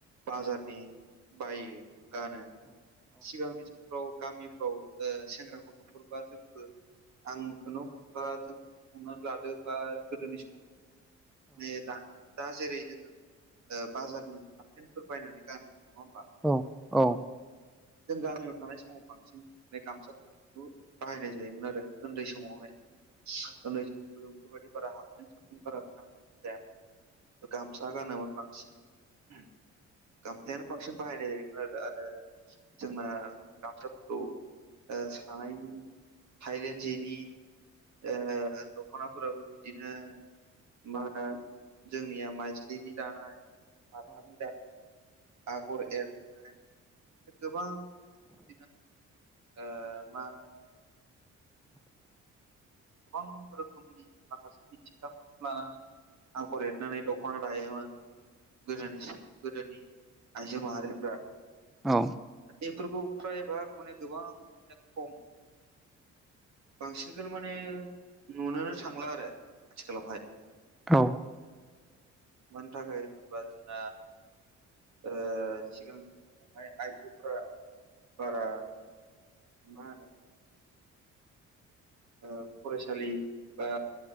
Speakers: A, on the right; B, in the centre.
A: बाजारनि बायो गानो सिगांनि समफ्राव गामिफ्राव सेंग्रा गथ'फोरबा जोंबो आंखौनो बा जोंखौ हमनानै लादो बा गोदोनि समाव नै दा दा जेरै जोंङो बाजारनि हापपेनफोर बायनानै गानो नंङा होमबा
B: औ औ
A: जों गामियाव थानाय समाव बांसिन माने गामसाफोरखौथ बाहायनाय जायोमोन आरो उन्दै समावहाय। उनै बेफोरबायदि बारा हाबसिन साबसिन बारा गानाय जाया। गामसा गानोमोन बांसिन। गामसायानो बांसिन बाहायनाय जायोमोन आरो आरो जोंना गामसाफोरखौ ओ थानायनि थाइलेण्ड जेनि ओ दख'नाफोराबो बिदिनो मा होनो जोंनिया माइजलिनि दानाय माथानि दा आगर एरनाय गोबां बिदिनो ओ माहोन गोबां रोखोमनि माखासे मिथिंगाफोरखौ लानानै आगर एरनानै दख'ना लायोमोन। गोदो गोदोनि आइजो माहारिफ्रा
B: औ
A: बेफोरखौ फ्रायबा माने गोबां खम बांसिन बे माने नुनोनो थांला आरो आथिखालावहाय।
B: औ
A: मानि थाखाय होनोब्ला जोंना ओ सिगांनि समावहाय आइजोफोरा बारा मा होनो फरायसालि बा